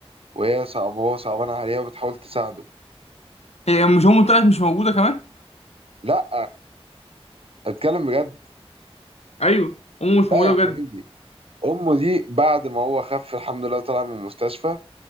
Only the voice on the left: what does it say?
إيه مش أمه طلعت مش موجودة كمان؟
أيوه أمه مش
موجودة
بجد